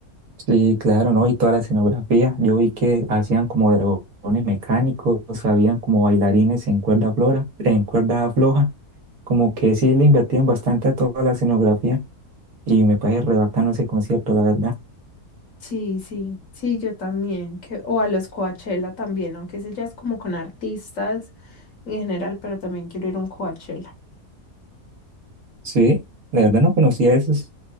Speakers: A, on the right; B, on the left.
A: Sí, claro, ¿no? Y toda la escenografía. Yo vi que hacían como dragones mecánicos, habían como bailarines en cuerda flora, en cuerda floja. Como que sí le invertían bastante a toda la escenografía y me parece re bacano ese concierto, la verdad.
B: Sí, sí, sí, yo también. Que, o a los Coachella también, aunque ese ya es como con artistas en general, pero también quiero ir a un Coachella.
A: Sí, la verdad no conocía esos.